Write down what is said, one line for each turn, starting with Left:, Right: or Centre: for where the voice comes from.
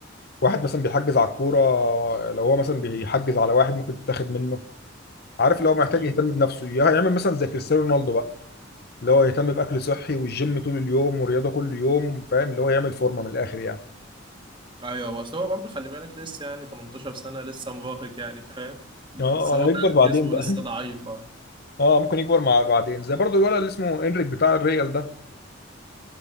Left: واحد مثلا بيحجز على الكوره لو هو مثلا بيحجز على واحد ممكن تتاخد منه عارف اللي هو محتاج
Right: أصل هو-
Left: يهتم بنفسه يعمل مثلا زي كريستيانو رونالدو بقى اللي هو يهتم باكل صحي والجيم طول اليوم ورياضه كل يوم فاهم اللي هو يعمل فورمه من الاخر يعني
Right: أيوه بس هو برضه خلي بالك لسه يعني 18 سنة لسه مراهق يعني فاهم بس
Left: اه
Right: هو
Left: اه هيكبر
Right: فعلا
Left: بعدين
Right: جسمه
Left: بقى
Right: لسه ضعيف آه.
Left: <laughs> اه ممكن يكبر مع بعدين زي برضو الولد اللي اسمه انريك بتاع الريال ده